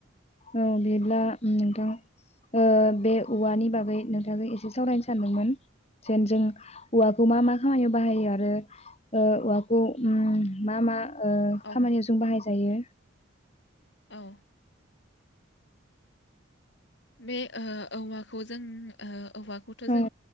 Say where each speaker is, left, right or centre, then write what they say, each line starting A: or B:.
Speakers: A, on the left (about 30°); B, on the left (about 55°).
A: औ बे ब्ला नोंथां ओ बे औवानि बागै नोंथांखो एसे सावरायनो सानदोंमोन <unintelligible> जेन जों औवाखौ मा मा खामानियाव बाहायो आरो ओ औवाखौ उम मा मा ओ
B: औ
A: खामानियाव जों बाहाय जायो
B: औ बे ओ औवाखौ जों ओ औवाखौथ'
A: औ
B: जों